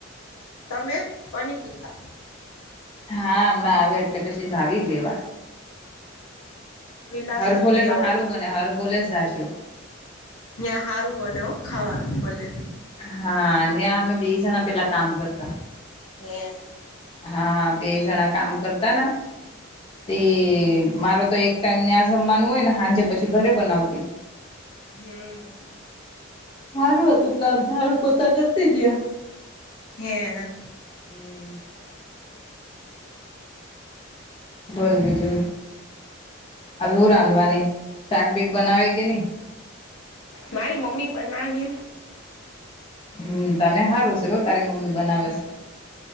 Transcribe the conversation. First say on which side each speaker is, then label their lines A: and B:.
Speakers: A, on the left; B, on the left.
A: તમે પનીર ટીકા
B: હા હમણાં આવ એટલે પછી જાવી લેવા
A: વેલાસર
B: હર ભોલેમાં
A: લઈ આવો
B: હારું બને હરભોલે જ જાશુ
A: ત્યાં હારું બને ખાવાનું મળે
B: હા ન્યા અમે બે જણા પેલા કામ કરતા
A: હે
B: હા બે જણા કામ કરતાને તે મારો તો એક ટાઈમ ને આ જમવાનું હોય ને સાાંજે પછી ઘરે બનાવતી
A: હમ્મ
B: સારું હતું કામ ઝાડુ, પોતા કરતી જ્યા.
A: હે
B: <inaudible> બોલ બીજુ હવેું રાંધવાની શાક બીક બનાવે કે, નહી
A: મારી મમ્મી બનાવી
B: હમ્મ તને સારુ છેવુ, તારી મમ્મી બનાવેસ